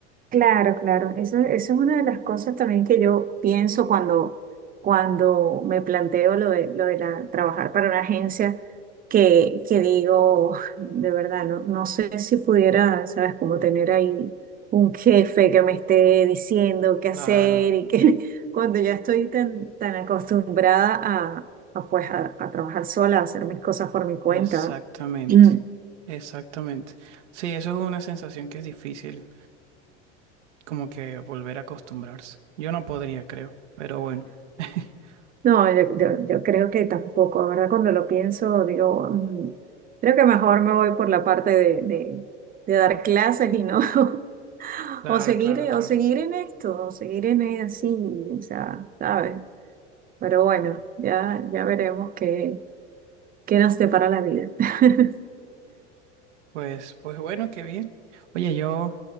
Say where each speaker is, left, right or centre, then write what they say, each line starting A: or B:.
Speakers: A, on the right (about 25°); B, on the right (about 80°).
A: Claro, claro. Eso, eso es una de las cosas también que yo pienso cuando, cuando me planteo lo de, lo de la, trabajar para una agencia, que, que digo, de verdad, no, no sé si pudiera, ¿sabes? Como tener ahí un jefe que me esté diciendo qué
B: Claro,
A: hacer y que <laughs> cuando ya estoy tan, tan acostumbrada a, a, pues, a, a trabajar sola, a hacer mis cosas por mi cuenta.
B: Exactamente,
A: <clears throat>
B: exactamente. Sí, eso es una sensación que es difícil como que volver a acostumbrarse. Yo no podría, creo, pero bueno. <laughs>
A: No, yo, yo- yo creo que tampoco, ¿verdad? Cuando lo pienso, digo, mm, creo que mejor me voy por la parte de, de- de dar clases y no, <laughs>
B: Claro,
A: o seguir,
B: claro, claro.
A: o seguir en esto, o seguir en e- así, o sea, ¿sabes? Pero bueno, ya, ya veremos qué, qué nos depara la vida. <laughs>
B: Pues, pues bueno, qué bien. Oye, yo